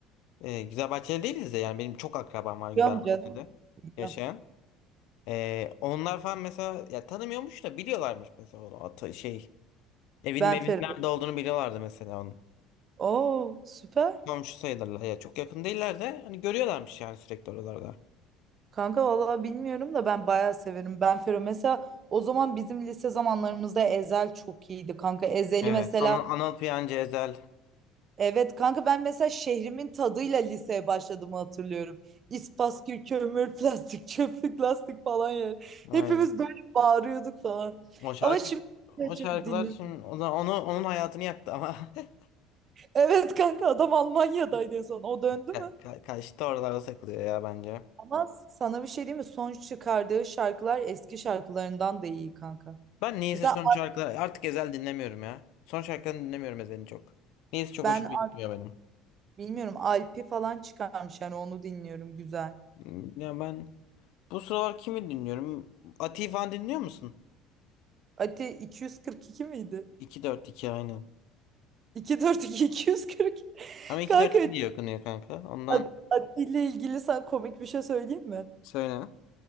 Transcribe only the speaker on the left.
Ee, Güzelbahçeli değiliz de yani benim çok akrabam var Güzelbahçe'de
yaşayan. Ee, onlar falan mesela ya tanımıyormuş da biliyorlarmış mesela onu atı şey evinin
evinin
nerede olduğunu biliyorlardı mesela onun.
Komşu sayılırlar ya çok yakın değiller de hani görüyorlarmış yani sürekli oralarda.
Evet.
Anıl, Anıl Piyancı Ezel.
Aynen.
O şarkı
o
şarkılar
şimdi o zaman onu onun hayatını yaktı ama. <laughs>
Ka
ka Kaş'ta oralarda takılıyor ya bence.
Ben niyeyse
son şarkıları artık Ezel dinlemiyorum ya. Son şarkılarını dinlemiyorum Ezel'in çok. Niyeyse çok
hoşuma gitmiyor benim.
Hmm, Ya ben bu sıralar kimi dinliyorum? Ati'yi falan dinliyor musun?
2 dört iki aynen.
Ama iki
dört iki diye okunuyor kanka. Ondan
söyle.